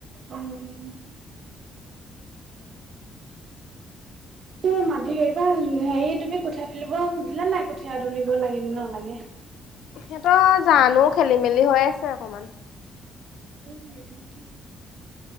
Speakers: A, on the right; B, on the left.
A: উম উম। উম। মাটি এইবা হেৰি তুমি কঁঠিয়া তুলিব সুধিলা নাই কঠীয়া তুলিব লাগেন নালাগে?
B: সিহঁতৰ জানো খেলি মেলি হৈ আছে অকমান।
A: অ', সেইটো কথা নি।